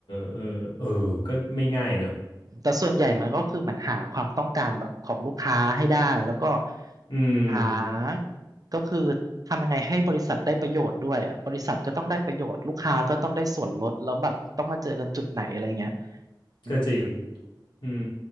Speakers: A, on the left (about 80°); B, on the right (about 50°).
A: เออเออก็ไม่ง่ายเนอะ
B: แต่ส่วนใหญ่มันก็คือเหมือนหาความต้องการแบบของลูกค้าให้ได้แล้วก็
A: อืม
B: หาก็คือทำยังไงให้บริษัทได้ประโยชน์ด้วยอ่ะบริษัทก็ต้องได้ประโยชน์ลูกค้าก็ต้องได้ส่วนลดแล้วแบบต้องมาเจอกันจุดไหนอะไรเงี้ยอืม
A: ก็จริงอืม